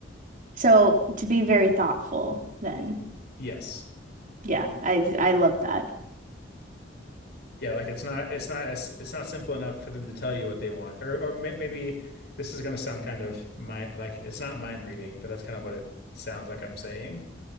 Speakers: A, on the right; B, on the left.
A: So to be very thoughtful, then
B: Yes.
A: yeah, I I love that.
B: Yeah, like it's not it's not as it's not simple enough for them to tell you what they want. Or or may, maybe this is going to sound kind of mind like it's not mind reading, but that's kind of what it sounds like I'm saying.